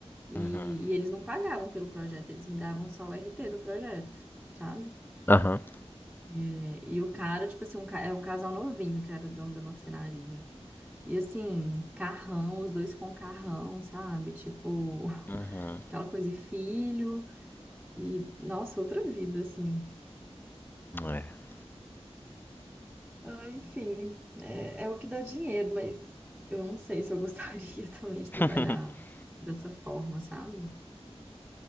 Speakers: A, in the centre; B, on the left (about 20°).
A: E,
B: Uhum.
A: e eles não pagavam pelo projeto, eles me davam só o RT do projeto, sabe?
B: Aham.
A: É, e o cara, tipo assim, um, ca- era um casal novinho que era dono da marcenaria. E assim, carrão, os dois com carrão, sabe? Tipo, <laughs>
B: Uhum.
A: aquela coisa de filho. E, nossa, outra vida, assim.
B: É.
A: Ah, enfim, é, é o que dá dinheiro, mas eu não sei se eu gostaria <laughs> também de trabalhar
B: <laughs>
A: dessa forma, sabe?